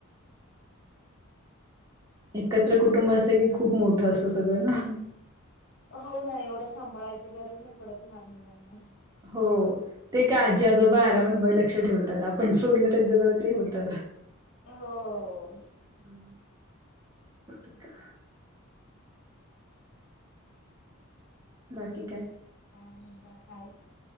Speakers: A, on the right; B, on the left.
A: एकत्र कुटुंब असत की खूप मोठं असतं सगळं ना <unintelligible>
B: हो नाही एवढं सांभाळायची गरज नाहीकढच लाग म म म
A: हो <unintelligible> ते का आजी आजोबा आरा म्हण लक्ष ठेवतात आपण सोडलं त्यांच्याजवळ तरी होतं
B: हो <unintelligible>
A: ह का? बाकी काय
B: काय